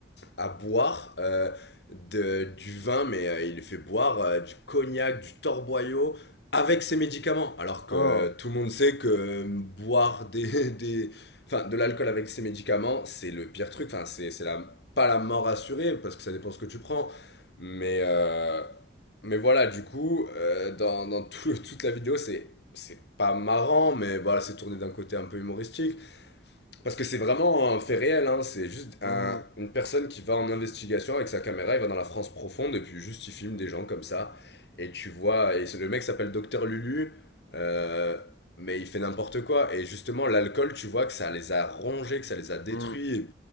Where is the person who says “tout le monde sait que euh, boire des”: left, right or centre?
Left